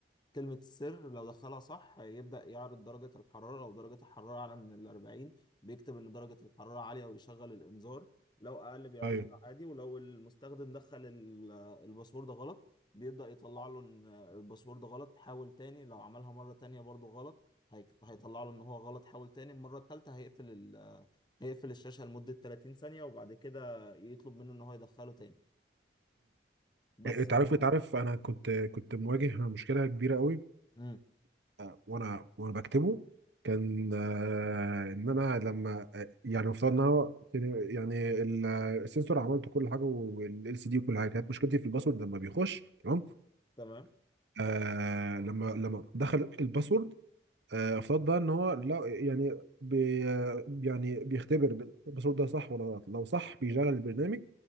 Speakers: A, on the left; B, on the right.
A: كلمة السر لو دخلها صح يبدأ يعرض درجة الحرارة لو درجة الحرارة أعلى من الأربعين بيكتب إن درجة الحرارة عالية ويشغل الإنذار لو أقل بيعرضها
B: ايوه
A: عادي ولو المستخدم دخل ال- الباسورد غلط بيبدأ يطلع له إن الباسورد غلط حاول تاني لو عملها مرة تانية برضه غلط هي- هيطلع له إن هو غلط حاول تاني المرة التالتة هيقفل ال... هيقفل الشاشة لمدة 30 ثانية وبعد كده يطلب منه إن هو يدخله تاني بس
B: آه، انت عارف انت عارف انا كنت كنت مواجه مشكله كبيره قوي
A: امم
B: آه، وانا وانا بكتبه كان آه، ان انا لما آه، يعني مفترض ان هو كان- يعني ال- السنسور عملت كل حاجه والال سي دي وكل حاجه كانت مشكلتي في الباسورد لما بيخش تمام
A: تمام
B: آه لما لما دخل الباسورد آه، افترض بقى ان هو لا يعني بي آه، يعني بيختبر الباسورد ده صح ولا غلط لو صح بيشغل البرنامج